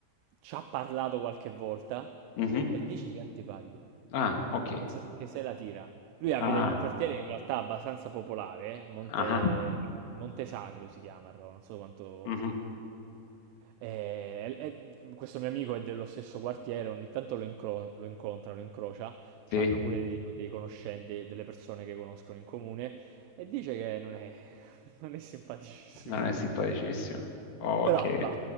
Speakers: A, on the right; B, on the left.
A: ci ha parlato qualche volta
B: Mhm.
A: e dice che è antipatico,
B: Ah, ok.
A: che se, che se la tira. Lui abita
B: Ah,
A: in un quartiere in realtà abbastanza popolare, eh, Monte,
B: ah,
A: Monte Sacro si chiama, a Roma, non so quanto...
B: mhm.
A: E- e- questo mio amico è dello stesso quartiere, ogni tanto lo, incro- lo incontra, lo incrocia, c'hanno
B: Sì,
A: pure dei, dei conoscenti, delle persone che conoscono in comune e dice che non è, <laughs> non è simpaticissimo.
B: non è simpaticissimo. Ok.
A: Però va.